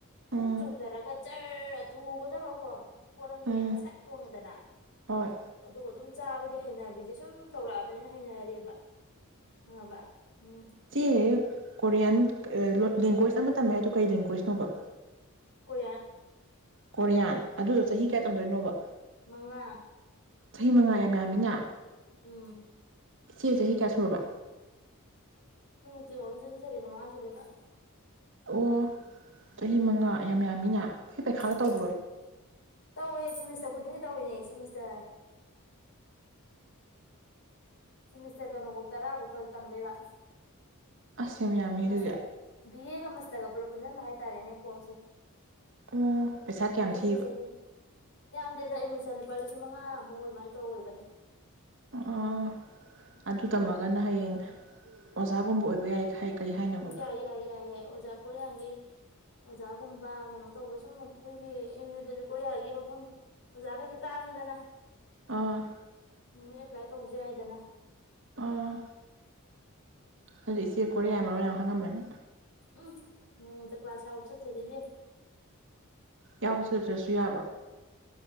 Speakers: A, on the left; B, on the right.
A: ꯐꯨꯛ
B: ꯎꯝ
A: ꯆꯣꯡꯗꯔꯒ ꯖꯔ ꯑꯊꯨꯒꯗꯕꯀꯣ ꯄꯣꯠ ꯑꯃ
B: ꯎꯝ
A: ꯌꯦꯡꯉꯒ ꯁꯠ ꯊꯣꯡꯉꯦꯗꯅ
B: ꯍꯣꯏ
A: ꯑꯗꯨꯒ ꯑꯗꯨꯝ ꯆꯥꯕꯒꯤ ꯍꯩꯅꯕꯤꯖꯦ ꯁꯨꯝ ꯇꯧꯔꯛꯑꯕꯅꯤꯅ ꯍꯩꯅꯔꯕ ꯈꯪꯉꯕ ꯎꯝ
B: ꯁꯤ ꯀꯣꯔꯤꯌꯥꯟ ꯂꯦꯡꯒꯣꯏꯁ ꯑꯃ ꯇꯝꯃꯦ ꯍꯥꯏꯗꯣ ꯀꯩ ꯂꯦꯡꯒꯣꯏꯖꯅꯣꯕ
A: ꯀꯣꯔꯤꯌꯥꯟ
B: ꯀꯣꯔꯤꯌꯥꯟ ꯑꯗꯨꯗꯣ ꯆꯍꯤ
A: ꯎꯝ
B: ꯀꯌꯥ ꯇꯝꯗꯣꯏꯅꯣꯕ
A: ꯃꯉꯥ
B: ꯆꯍꯤ ꯃꯉꯥ ꯌꯥꯝ ꯌꯥꯝꯃꯤꯅ
A: ꯎꯝ
B: ꯏꯆꯦ ꯆꯍꯤ ꯀꯌꯥ ꯁꯨꯔꯕ
A: ꯇꯨꯊꯥꯎꯖꯟ ꯇꯨꯋꯦꯟꯇꯤ ꯁꯕꯦꯟꯗ ꯃꯉꯥ ꯁꯨꯗꯣꯏꯕ
B: ꯑꯣ ꯆꯍꯤ ꯃꯉꯥ ꯌꯥꯝ ꯌꯥꯝ ꯌꯥꯝꯃꯤꯅ ꯃꯣꯏ ꯄꯥꯔꯤꯈꯥꯒ
A: ꯎꯝ
B: ꯇꯩꯕꯔꯣ
A: ꯇꯧꯔꯦ ꯁꯤꯃꯤꯁꯇꯔ ꯈꯨꯗꯤꯡꯒꯤ ꯇꯧꯔꯤꯅꯦ ꯁꯤꯃꯤꯁꯇꯔ ꯁꯦꯃꯤꯁꯇꯔ ꯀꯩꯅꯣꯕꯧ ꯇꯔꯥꯕꯧꯇꯝꯗꯩꯕ
B: ꯑꯁ ꯌꯥꯝ ꯌꯥꯝꯃꯦ
A: ꯃꯁꯇ
B: ꯑꯗꯨꯗꯤ
A: ꯕꯤꯑꯦꯒ ꯃꯁꯇ ꯒ ꯄꯨꯂꯞ ꯄꯨꯖꯟꯕ ꯍꯥꯏꯇꯥꯔꯦꯅꯦ ꯀꯣꯁꯁꯦ
B: ꯑꯣ ꯄꯩꯁꯥ ꯀꯌꯥꯝ
A: ꯕꯤꯑꯦ
B: ꯊꯤꯕ
A: ꯆꯍꯤ ꯌꯥꯝꯗꯦꯗ ꯑꯩ ꯃ ꯆꯠꯂꯨ ꯂꯨꯄꯥ ꯂꯤꯁꯤꯡ ꯃꯉꯥꯃꯨꯛ ꯑꯗꯨꯃꯥꯏꯅ ꯇꯧꯒꯤꯕꯅꯦ
B: ꯑꯥ ꯑ ꯑꯗꯨ ꯇꯝꯃꯒꯅ ꯍꯌꯦꯡ ꯑꯣꯖꯥꯒꯨꯝꯕ ꯑꯣꯏꯕ ꯌꯥꯏ ꯀꯩ ꯍꯥꯏꯅꯣꯕ
A: ꯌꯥꯏ ꯌꯥꯏ ꯌꯥꯏ ꯌꯥꯏ ꯑꯣꯖꯥ ꯀꯣꯔꯤꯌꯥꯒꯤ ꯑꯣꯖꯥꯒꯨꯝꯕ ꯀꯩꯅꯣ ꯇꯧꯕ ꯁꯨꯝ ꯑꯈꯣꯏꯒꯤ ꯑꯦꯝ ꯌꯨꯗꯖꯤ ꯀꯣꯔꯤꯌꯥꯒꯤ ꯃꯐꯝ ꯑꯣꯖꯥꯒꯩꯖꯦ ꯇꯥꯡꯉꯤꯗꯅ
B: ꯑꯥ
A: ꯎꯝ ꯑꯦꯄꯂ꯭ꯥꯏꯠ ꯇꯧꯖꯦ ꯍꯥꯏꯗꯅ
B: ꯑꯥ ꯑꯗꯨꯗꯤ ꯏꯆꯦ ꯀꯣꯔꯤꯌꯥ ꯃꯔꯣꯜ ꯌꯥꯝꯅ ꯈꯪꯉꯝꯃꯅꯤ
A: ꯎꯝ ꯅꯣꯡꯃꯇ ꯀꯂ꯭ꯥꯁ ꯌꯥꯎꯕ ꯆꯠꯇꯦꯗ ꯏꯕꯦꯝꯃ
B: ꯌꯥꯎꯕ ꯆꯠꯇꯔꯁꯨ ꯌꯥꯕ꯭ꯔꯣ